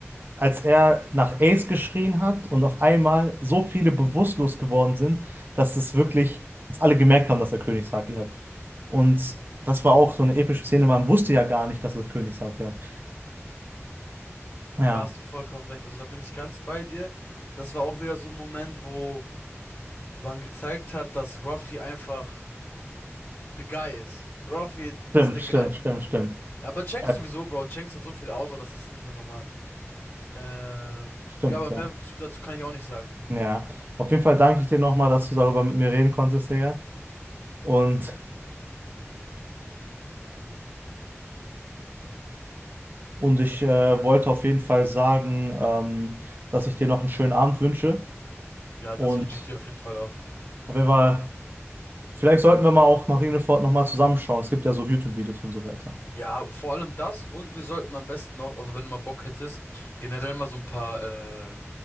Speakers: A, on the right (about 45°); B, on the left (about 40°).
A: als er nach Ace geschrien hat und auf einmal so viele bewusstlos geworden sind, dass es wirklich, dass alle gemerkt haben, dass er König Saki hat. Und das war auch so eine epische Szene, man wusste ja gar nicht, dass er König Saki hat. Ja,
B: Da hast du vollkommen recht. Also da bin ich ganz bei dir. Das war auch wieder so ein Moment, wo man gezeigt hat, dass Ruffy einfach the guy ist. Ruffy
A: stimmt,
B: ist the
A: stimmt,
B: guy.
A: stimmt, stimmt.
B: Ja, aber Shanks
A: Ja,
B: sowieso, Bro. Shanks hat so viel Auto, das ist nicht mehr normal. Ähm,
A: stimmt,
B: ja, aber
A: ja.
B: mehr zu, dazu kann ich auch nicht sagen.
A: Ja, auf jeden Fall danke ich dir nochmal, dass du darüber mit mir reden konntest, Digga. Und, und ich äh, wollte auf jeden Fall sagen, ähm, dass ich dir noch einen schönen Abend wünsche.
B: Ja,
A: Und
B: das wünsche ich dir auf jeden Fall auch.
A: auf jeden Fall. Vielleicht sollten wir mal auch Marineford nochmal zusammenschauen. Es gibt ja so YouTube-Videos und so weiter.
B: Ja, vor allem das und wir sollten am besten noch, also wenn du mal Bock hättest, generell mal so ein paar äh,